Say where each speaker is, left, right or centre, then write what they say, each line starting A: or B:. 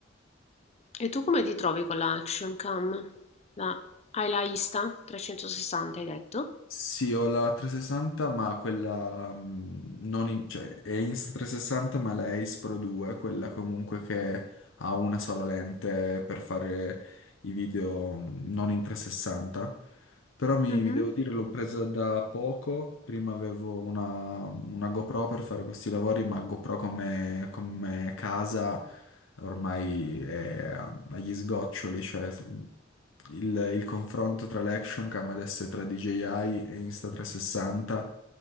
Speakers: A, on the left; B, on the left.
A: E tu come ti trovi con la Action Cam? La- hai la Insta 360, hai detto?
B: Sì, ho la 360, ma quella mh, non in- cioè, è Insta360, ma è la Ace Pro 2, quella comunque che ha una sola lente per fare i video mh, non in 360. Però mi,
A: Mhm.
B: mi devo dire, l'ho presa da poco. Prima avevo una, una GoPro per fare questi lavori, ma GoPro come, come casa ormai è agli sgoccioli, cioè il, il confronto tra l'action cam adesso è tra DJI e Insta360